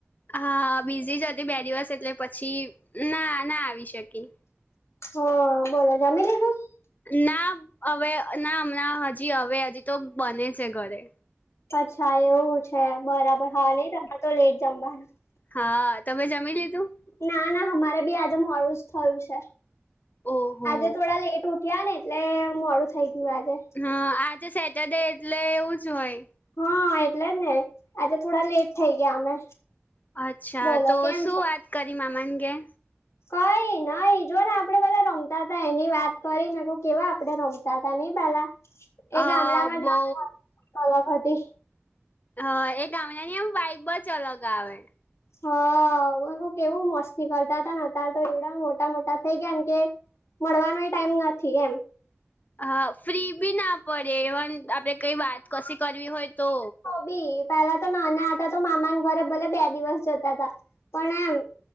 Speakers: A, on the left (about 40°); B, on the left (about 85°).
A: હા બીઝી જ હતી બે દિવસ એટલે પછી ના ના આવી શકી.
B: હા બોલો જમી લીધૂ?
A: ના હવે ના હમણાં હજી હવે હજી તો બને છે ઘરે.
B: અચ્છા એવું છે બરાબર હા નઈ તમારે તો લેટ જમવાના.
A: હા તમે જમી લીધું.
B: ના ના હમારે બી આજે મોડું જ થયું છે
A: ઓહો
B: આજે થોડા લેટ ઉઠ ઉઠયા ને એટલે મોડું થઈ ગયું આજે.
A: હા આજે સેટરડે એટલે એવું જ હોય.
B: હા એટલે જ ને આજે થોડા લેટ થઈ ગયા અમે.
A: અચ્છા
B: બોલો
A: તો
B: કેમ
A: શું
B: છો
A: વાત કરી મામા ના ઘેર?
B: કઈ નઈ જો ને આપડે બધા રમતા હતા એની વાત કરી ને મે કુ કેવા આપડે રમતા તા ની પેલા એ
A: અ
B: ગામડા માં જ
A: બઉ
B: <unintelligible> અલગ હતી.
A: હા એ ગામડાની એમ વાઈબ જ અલગ આવે.
B: હા મેં કેવું મસ્તી કરતા હતા ને અતાર તો એવડા મોટા મોટા થઈ ગયાને કે મળવાનો એ ટાઈમ નથી એમ.
A: હા ફ્રી બી ના પડે એવન આપણેે કઈ વાત કશી કરવી હોય તો.
B: ભી પેલા તો નાના હતા તો મામા ના ઘરે ભલે બે દિવસ જતા હતા પણ એમ